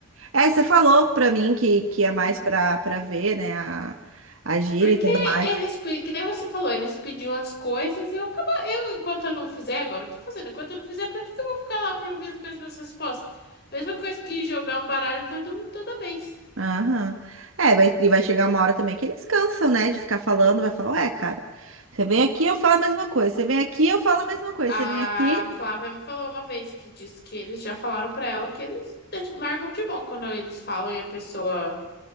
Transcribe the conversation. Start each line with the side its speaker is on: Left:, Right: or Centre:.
Right: É, você falou pra mim que, que é
Left: Uhum.
Right: mais pra, pra ver, né? A, a gíria
Left: Porque
Right: e tudo mais.
Left: eles, pe- que nem você falou, eles pediam as coisas e eu acabo, eu, enquanto eu não fizer, agora eu tô fazendo, enquanto eu não fizer, pra que que eu vou ficar lá pra ouvir as mesmas respostas? Mesma coisa que jogar um baralho todo, toda vez.
Right: Aham. É, vai, e vai chegar uma hora também que eles cansam, né, de ficar falando, vai falar, ué, cara, você vem aqui, eu falo a mesma coisa, você vem aqui, eu falo a mesma coisa,
Left: A
Right: você vem aqui,
Left: Flávia me falou uma vez que disse que eles já falaram pra ela que eles deix- largam de mão quando eles falam e a pessoa.